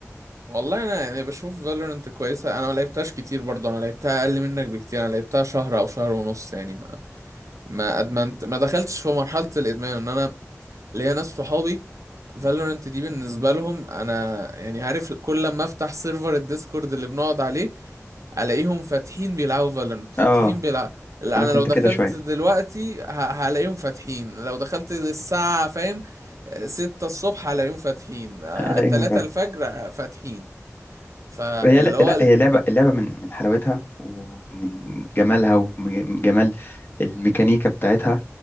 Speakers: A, on the right; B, on the left.
A: والله انا يعني بشوف فالورنت كويسه انا ما لعبتهاش كتير برضه انا لعبتها اقل منك بكتير انا لعبتها شهر او شهر ونص يعني ما ما ادمنت ما دخلتش في مرحله الادمان ان انا ليا ناس صحابي فالورنت دي بالنسبه لهم انا يعني عارف كل لما افتح سيرفر الديسكورد اللي بنقعد عليه الاقيهم فاتحين بيلعبوا فالورنت فاتحين
B: اه
A: بيلعبوا انا
B: انا كنت
A: لو دخلت
B: كده شويه
A: دلوقتي ه- هلاقيهم فاتحين لو دخلت الساعة فاهم ستة الصبح هلاقيهم فاتحين
B: الاقيهم
A: تلاتة الفجر فاتحين فاللي
B: هي لا,
A: هو
B: لا
A: ال-
B: هي لعبة اللعبة من من حلاوتها ومن جمالها ومن جمال الميكانيكا بتاعتها